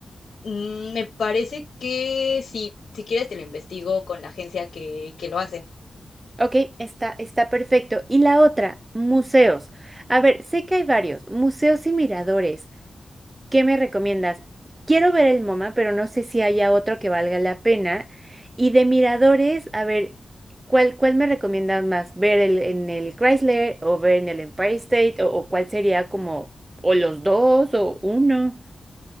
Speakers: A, on the left; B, on the right.
A: mm, me parece que sí, si quieres te lo investigo con la agencia que, que lo hace.
B: Ok, está, está perfecto. Y la otra, museos. A ver, sé que hay varios, museos y miradores. ¿Qué me recomiendas? Quiero ver el MoMA, pero no sé si haya otro que valga la pena. Y de miradores, a ver, ¿cuál, cuál me recomiendas más? ¿Ver el- en el Chrysler o ver en el Empire State? ¿O, o cuál sería como, o los dos o uno?